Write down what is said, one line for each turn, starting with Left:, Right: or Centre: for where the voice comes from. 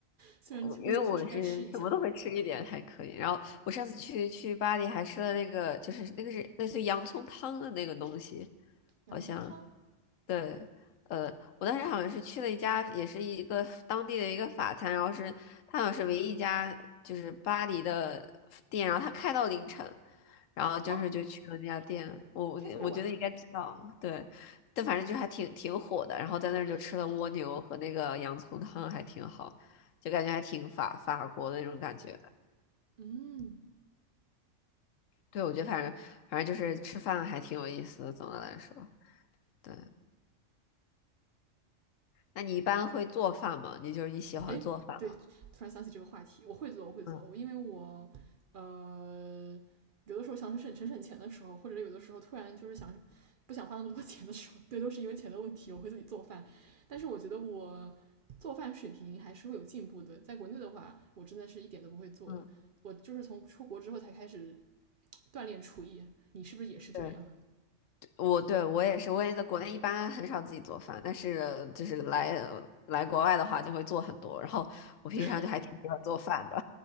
Right: 虽然蜗牛确实该吃一下。
Left: 我因为我是什么都会吃一点，还可以。然后我上次去去巴黎还吃了那个，就是那个是类似于洋葱汤的那个东西，
Right: 洋葱汤
Left: 好像。对，呃，我当时好像是去了一家，也是一个当地的一个法餐，然后是它好像是唯一一家就是巴黎的店，然后它开到凌晨，然后就是就去了那家店，
Right: 哦，
Left: 我我我觉得应该知道，
Right: 开这么晚啊？
Left: 对，但反正就还挺挺火的，然后在那儿就吃了蜗牛和那个洋葱汤，还挺好，就感觉还挺法法国的那种感觉。
Right: 嗯，
Left: 对，我觉得反正反正就是吃饭还挺有意思的，总的来说，对。那你一般会做饭吗？你就是你喜欢做饭吗？
Right: 哎，突然想起这个话题，我会做，我会做，
Left: 嗯
Right: 我因为我呃有的时候想省省省钱的时候，或者有的时候突然就是想不想花那么多钱的时候，对，都是因为钱的问题，我会自己做饭。但是我觉得我做饭水平还是会有进步的，在国内的话，我真的是一点都不会做的。
Left: 嗯，
Right: 我就是从出国之后才开始锻炼厨艺，你是不是也是这样？
Left: 对，我对我也是，我也在国内一般很少自己做饭，但是就是来来国外的话就会做很多，然后我平常就还挺喜欢做饭的，
Right: <laughs> 对，